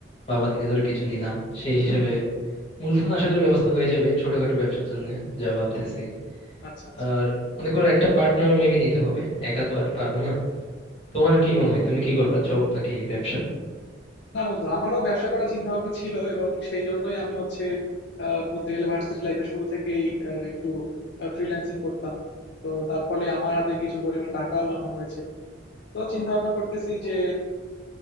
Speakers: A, on the left; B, on the left.
A: বাবা থেকে ধরে কিছু নিলাম সেই হিসেবে মূলধন আশা করি ব্যবস্থা হয়ে যাবে ছোটখাটো ব্যবসার জন্য যা ভাবতেছি
B: আচ্ছা আচ্ছা
A: আর মনে করো একটা পার্টনারও মেবি নিতে হবে একা তো আর পারবো না তোমার কি মনে হয় তুমি কি করবা জব নাকি ব্যবসা
B: না বন্ধু আমারও ব্যবসা করার চিন্তা ভাবনা ছিল এবং সেই জন্যই আমি হচ্ছে আহ, বলতে গেলে ভার্সিটি লাইফে শুরু থেকেই আহ, একটু ফ্রিল্যান্সিং করতাম তো তার ফলে আমার হাতে কিছু পরিমাণ টাকাও জমা হয়েছে তো চিন্তা ভাবনা করতেছি যে